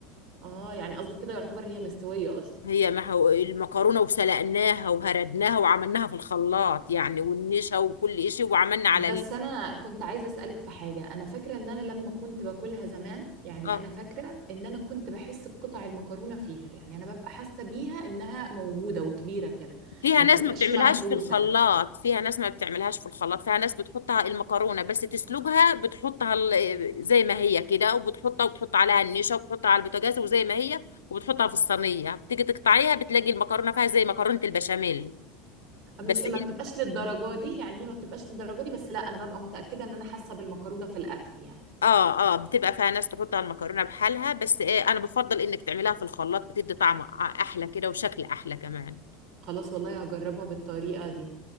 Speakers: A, on the right; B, on the left.
A: اه يعني قصدك كده يعتبر هي مستويه اصلا
B: هي ما هو المكرونة وسلقناها وهردناها وعملناها في الخلاط يعني والنشا وكل شيء وعملنا على
A: بس
B: ال...
A: انا كنت عايزه اسالك في حاجه انا فاكره ان انا لما كنت باكلها زمان يعني
B: اه
A: انا فاكره ان انا كنت بحس بقطع المكرونه فيها يعني انا ببقى حاسه بيها انها موجوده وكبيره كده
B: فيها
A: ما
B: ناس
A: بتبقاش
B: ما بتعملهاش
A: مهروسه
B: في الخلاط فيها ناس ما بتعملهاش في الخلاط فيها ناس بتحطها المكرونة بس تسلقها بتحطها ال- زي ما هي كده وبتحطها وبتحط عليها النشا وبتحطها على البوتاجاز وزي ما هي وبتحطها في الصينية بتيجي تقطعيها بتلاقي المكرونة فيها زي مكرونة البشاميل
A: مش
B: بس
A: ما بتبقاش للدرجه دي يعني هي ما بتبقاش للدرجه دي بس لا انا ببقى متاكده ان انا حاسه بالمكرونه في الاكل يعني
B: اه اه بتبقى فيها ناس تحط على المكرونه بحالها بس إيه انا بفضل انك تعمليها في الخلاط بتدي طعم احلى كده وشكل احلى كمان
A: خلاص والله هجربها بالطريقه دي